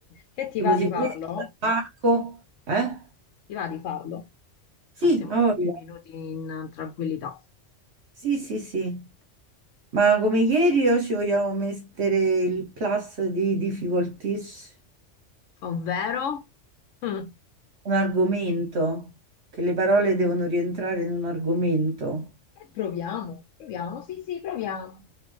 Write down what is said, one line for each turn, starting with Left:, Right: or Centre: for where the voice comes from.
Left: Che ti
Right: Tipo
Left: va di
Right: sigaretta,
Left: farlo?
Right: parco, eh?
Left: Ti va di farlo?
Right: Sì,
Left: passiamo
Right: a
Left: dieci
Right: voglia.
Left: minuti in tranquillità.
Right: Sì, sì, sì. Ma come ieri o ci vogliamo mettere il plus di difficulties?
Left: ovvero? <laughs>
Right: Un argomento, che le parole devono rientrare in un argomento.
Left: Eh, proviamo, proviamo, sì, sì, proviamo.